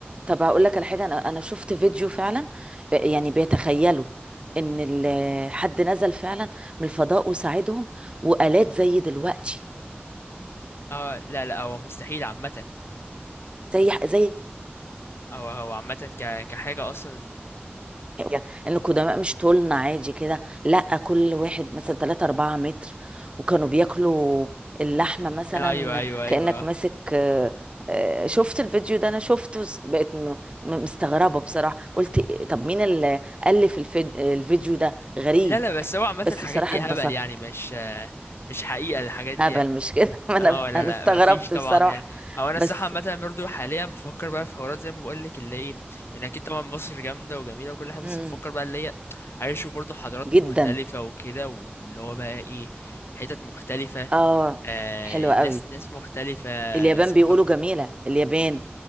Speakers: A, on the right; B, on the left.
A: طب هقول لك على حاجه انا انا شفت فيديو فعلا ب- يعني بيتخيلوا ان ال... حد نزل فعلا من الفضاء وساعدهم والات زي دلوقتي
B: اه لا لا هو مستحيل عامة
A: زي زي
B: او هو عامة ك... كحاجة اصلا
A: ان القدماء مش طولنا عادي كده لا كل واحد مثلا 3 4 متر وكانوا بياكلوا اللحمه مثلا
B: آه، ايوه ايوه ايوه
A: كانك
B: آه.
A: ماسك آه، آه، شفت الفيديو ده انا شفته س- بقت م- م- مستغربه بصراحه قلت إيه- طب مين اللي الف الفيد- الفيديو ده غريب
B: لا لا بس هو عامة
A: بس
B: الحاجات
A: بصراحه
B: دي
A: اتبسطت
B: هبل يعني مش آه، مش حقيقة الحاجات
A: هبل
B: دي يعني
A: مش كده <laughs> ما انا
B: اه لا
A: انا
B: لا
A: استغربت
B: مفيش طبعا
A: بصراحه
B: يعني هو انا
A: بس
B: الصراحه عامه برضو حاليا بفكر بقى في حوارات زي ما بقول لك اللي ايه يعني اكيد طبعا مصر جامده وجميله وكل حاجه بس
A: مم،
B: بفكر بقى اللي هي عايز اشوف برضو حضارات
A: جدا
B: مختلفه وكده واللي هو بقى ايه حتت مختلفه
A: اه
B: آه
A: حلوه
B: ناس
A: قوي
B: ناس مختلفه
A: اليابان
B: ثقافات
A: بيقولوا جميله اليابان